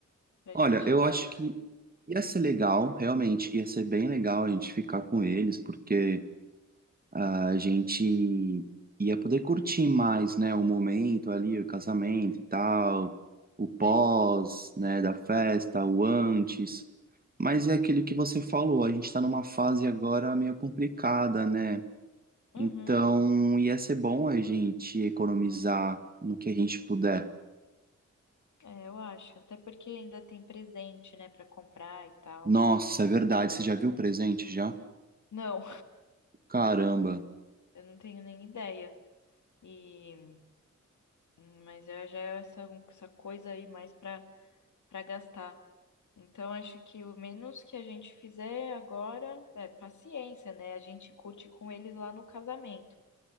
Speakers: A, on the left; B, on the right.
A: pra
B: Olha,
A: gente
B: eu
A: dar.
B: acho que ia ser legal, realmente, ia ser bem legal a gente ficar com eles, porque a gente ia poder curtir mais, né, o momento ali, o casamento e tal, o pós,
A: É,
B: né, da festa, o antes. Mas é aquilo que você falou, a gente tá numa fase agora meio complicada, né?
A: uhum,
B: Então ia ser bom a gente economizar no que a gente puder.
A: é, eu acho. Até porque ainda tem presente, né, pra comprar e tal.
B: Nossa, é verdade, você já viu o presente já?
A: Não,
B: Caramba.
A: <laughs> eu não tenho nem ideia. E Hum, Mas eu já é essa, essa coisa aí mais para para gastar. Então, acho que o menos que a gente fizer agora é paciência, né? A gente curte com eles lá no casamento.